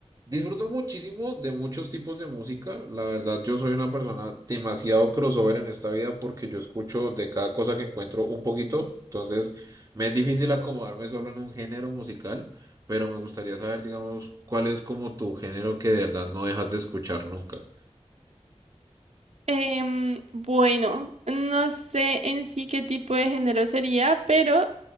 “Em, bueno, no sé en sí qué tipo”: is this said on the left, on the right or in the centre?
Right